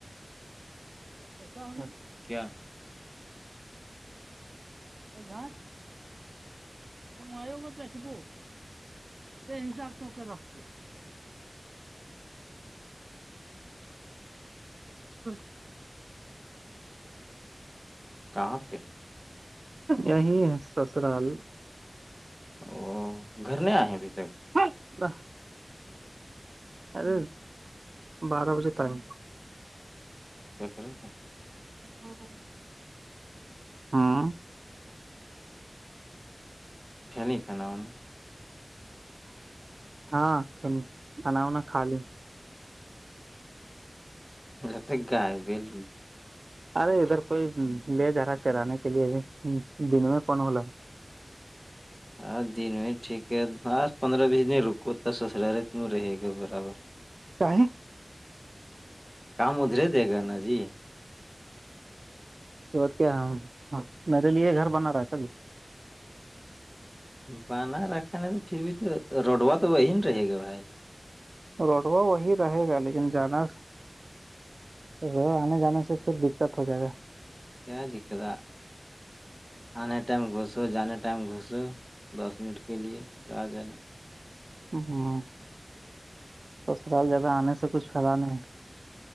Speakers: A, on the right; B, in the centre.
A: سا ہو
B: کیا
A: <inaudible> آوگ بیچبو یہ حساب توک رکھتے <inaudible>
B: کہاں پہ
A: یہی ہے سسرال
B: او گھر نہیں آئے ہیں ابھی تک
A: <unintelligible> ارے بارہ بجے ٹائم
B: <unintelligible>
A: ہ ہاں ہاں
B: فیملی کر ان
A: ہاں کلی کھانا وانا کھا ل
B: ا جتے گائے بیل
A: ارے ادھر کوئی لے جا رہا ہے چرانے کے لیے ا دن میں کون ہو رہ ہے
B: ہاں دن میں ٹھیک ہے ہ پندرہ بیس دن رکو تو سسرالے تم رہے گا برابر
A: کیا ہے
B: کام ادھرے دے گا نا جی
A: ہت کیا ہے میرے لیے گھر بنا رہا ہے سب
B: بنا رکھا نہیں تو پھر بھی تو روڈوا تو وہی ن رہے گا بھائی
A: روڈوا وہی رہے گا لیکن جیادہ رو آنے جانے سے پھر دقت ہو جائے گا
B: کیا دقتا آنے ٹائم گھسو جانے ٹائم گھسو دس منٹ کے لیے پھر آ جانا
A: ہاں سسر جدا آنے سے کچھ پد نہیں ہے